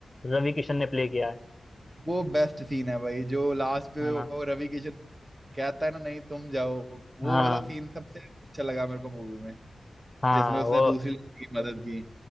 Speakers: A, on the left; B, on the right.
A: रवि किशन ने प्ले किया है
B: वो बेस्ट सीन है भाई जो लास्ट पे
A: हाँ
B: वो रवि किशन कहता है ना नहीं तुम जाओ वो
A: हाँ
B: वाला सीन सबसे अच्छा लगा मेरे को मूवी में
A: हाँ
B: जिसमें उसने
A: वो
B: दूसरी लड़की की मदद की